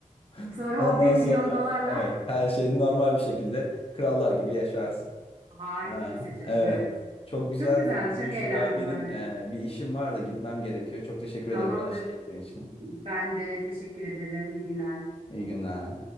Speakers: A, on the left; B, on the right.
A: <laughs>
B: Sonra
A: Ondan
B: o bir milyon
A: sonra
B: dolarla
A: evet
B: <laughs>
A: her şey normal bir şekilde krallar gibi yaşarsın.
B: harika
A: Ee,
B: bir seçenek
A: evet.
B: evet.
A: Çok güzeldi
B: Çok güzel, çok
A: Büşra.
B: eğlendim
A: Benim
B: ben de.
A: e, bir işim var da gitmem gerekiyor. Çok teşekkür
B: Tamamdır.
A: ederim bana eşlik ettiğin için.
B: Ben de teşekkür ederim. İyi günler.
A: İyi günler.